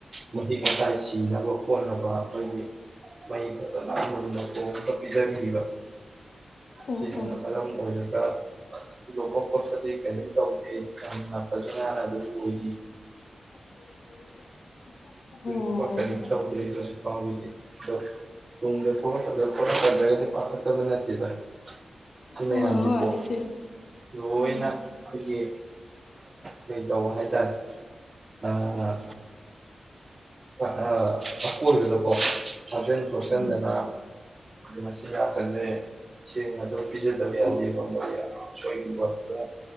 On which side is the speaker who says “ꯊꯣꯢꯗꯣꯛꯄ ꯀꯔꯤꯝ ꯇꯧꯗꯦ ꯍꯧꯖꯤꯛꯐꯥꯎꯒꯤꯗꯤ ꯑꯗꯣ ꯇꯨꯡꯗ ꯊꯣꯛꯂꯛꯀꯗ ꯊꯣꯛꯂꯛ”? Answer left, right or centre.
Right